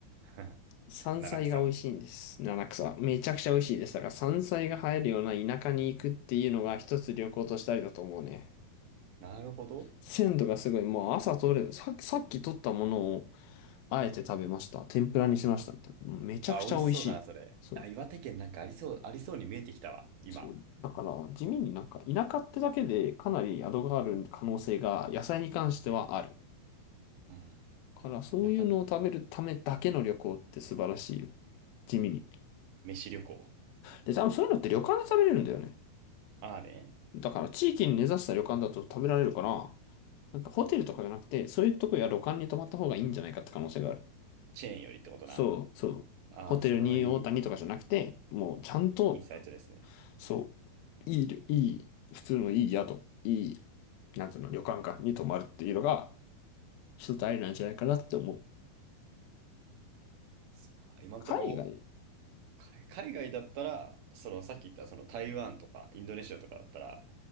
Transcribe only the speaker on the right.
ない。
<laughs> 七草。
なるほど。
あ、美味しそうだな、それ。
あ、岩手県なんかありそう、ありそうに見えてきたわ、今。
うん。
中野、
飯旅行。
ああね、
チェーンよりってことな。
ああ、
それはいい
インサイトですね。
そう今んとこ、
海海外だったら、そのさっき言ったその台湾とかインドネシアとかだったら、